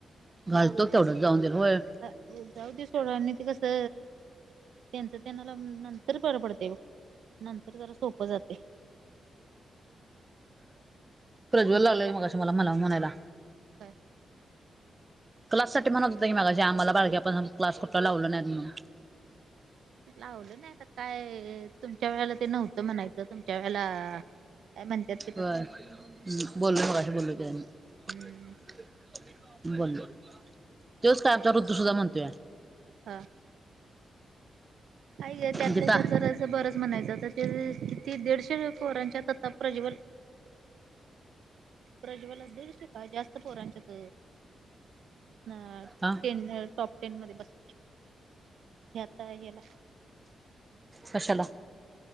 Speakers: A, on the right; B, on the right.
A: घालतो तेवढं जाऊन होय
B: हो जाऊ दे सोड आणि ते कसं त्यांचं त्यांनाला नंतर बरं पडतय बघ नंतर जरा सोपं जातंय
A: प्रज्वल
B: इकडं
A: आलाय मगाशी तुम्हाला मला म्हणायला
B: काय
A: क्लास साठी म्हणत होता की मगाशी आम्हाला बारक्यापनी क्लास कुठला लावला नाहीत म्हणून
B: लावलं नाही आता काय तुमच्या वेळेला ते नव्हतं म्हणायचं तुमच्या वेळेला काय म्हणत्यात
A: होय बोललो मगाशी बोललोय त्याला
B: हम्म
A: मी बोललो तोच काय आपचा ऋतू सुुद्धा म्हणतोया
B: ह हाय ग त्यातला
A: गीता
B: त्यात जरा बरच म्हणायचं आता ते किती दीडशे पोरांच्यात आता प्रज्वल प्रज्वालला दीडशे काय जास्त पोरांच्यात अ
A: हा
B: टेन टॉप टेन मध्ये बसते हे आता ह्याला
A: कशाला